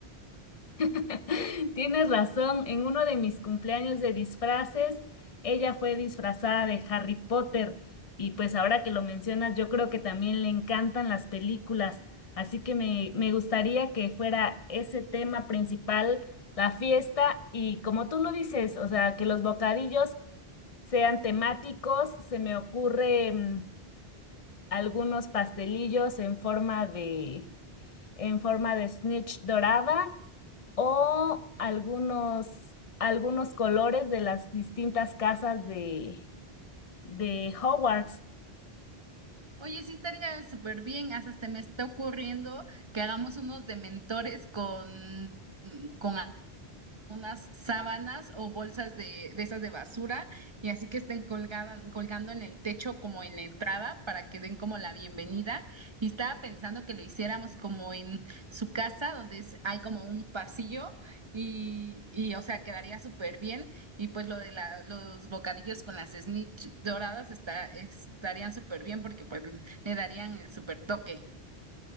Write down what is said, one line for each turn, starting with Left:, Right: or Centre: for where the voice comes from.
Left: <laughs> Tienes razón, en uno de mis cumpleaños de disfraces, ella fue disfrazada de Harry Potter y pues ahora que lo mencionas, yo creo que también le encantan las películas, así que me, me gustaría que fuera ese tema principal, la fiesta y como tú lo dices, o sea, que los bocadillos sean temáticos, se me ocurre mm, algunos pastelillos en forma de, en forma de snitch dorada o algunos, algunos colores de las distintas casas de, de Hogwarts.
Right: Oye, sí estaría súper bien. Hasta se me está ocurriendo que hagamos unos dementores con, con unas sábanas o bolsas de, de esas de basura y así que estén colgadas, colgando en el techo como en la entrada para que den como la bienvenida. Y estaba pensando que lo hiciéramos como en su casa donde es- hay como un pasillo y, y o sea, quedaría súper bien. Y pues lo de la, los bocadillos con las snitch doradas está, estarían súper bien porque pues le darían el súper toque.